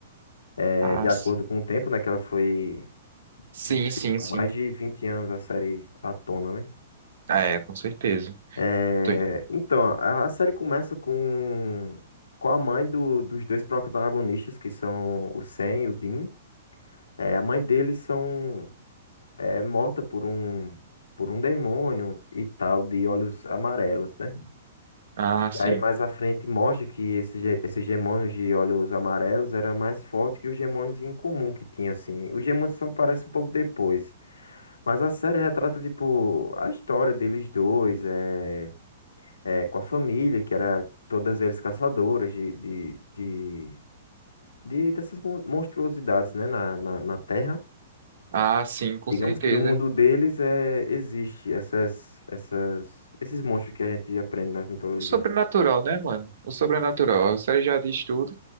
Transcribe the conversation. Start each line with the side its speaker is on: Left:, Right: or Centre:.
Left: É,
Right: Ah,
Left: de acordo
Right: s-
Left: com o tempo, né? Que ela foi,
Right: sim,
Left: diga aí,
Right: sim,
Left: tipo,
Right: sim.
Left: mais de 20 anos a série à tona, né?
Right: É, com certeza.
Left: É,
Right: Sim.
Left: então, a, a série começa com, com a mãe do- dos dois protagonistas, que são o Sam e o Dean. É, a mãe deles são é, morta por um, por um demônio e tal, de olhos amarelos, né?
Right: Ah, sim.
Left: E aí mais à frente mostra que esses, ge- esses gemônios de olhos amarelos era mais forte que os gemônios incomum que tinha, assim. Os gemônios só aparecem um pouco depois. Mas a série retrata, tipo, a história deles dois, é, é, com a família, que era todas eles caçadoras de, de, de, de- dessas mon- monstruosidades, né, na, na, na Terra.
Right: Ah, sim, com
Left: Digamos
Right: certeza.
Left: que no mundo deles é, existe essas, essas, esses monstros que a gente aprende nas mitologias.
Right: O sobrenatural, né, mano? O sobrenatural. A série já diz tudo